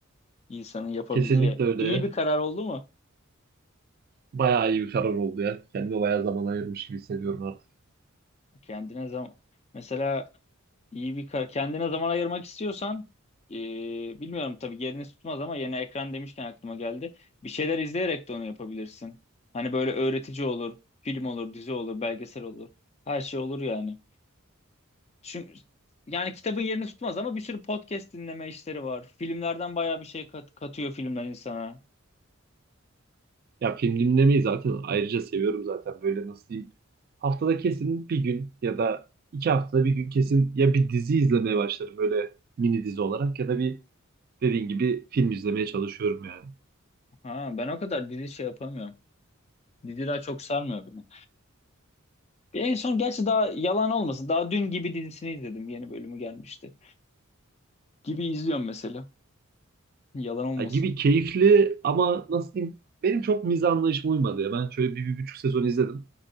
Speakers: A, on the left; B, on the right.
A: İnsanın yapabileceği.
B: Kesinlikle öyle.
A: İyi bir karar oldu mu?
B: Bayağı iyi bir karar oldu ya. Kendime bayağı zaman ayırmış gibi hissediyorum artık.
A: Kendine zaman. Mesela İyi bir kar. Kendine zaman ayırmak istiyorsan e, bilmiyorum tabii yerini tutmaz ama yeni ekran demişken aklıma geldi. Bir şeyler izleyerek de onu yapabilirsin. Hani böyle öğretici olur, film olur, dizi olur, belgesel olur. Her şey olur yani. Çünkü yani kitabın yerini tutmaz ama bir sürü podcast dinleme işleri var. Filmlerden bayağı bir şey kat- katıyor filmler insana.
B: Ya film dinlemeyi zaten ayrıca seviyorum zaten. Böyle nasıl diyeyim. Haftada kesin bir gün ya da iki haftada bir gün kesin ya bir dizi izlemeye başlarım böyle mini dizi olarak ya da bir dediğin gibi film izlemeye çalışıyorum yani.
A: Ha, ben o kadar dizi şey yapamıyorum. Diziler çok sarmıyor beni. Bir en son gerçi daha yalan olmasın. Daha dün gibi dizisini izledim. Yeni bölümü gelmişti. Gibi izliyorum mesela. Yalan olmasın.
B: Ya gibi keyifli ama nasıl diyeyim benim çok mizah anlayışıma uymadı ya. Ben şöyle bir, bir buçuk sezon izledim.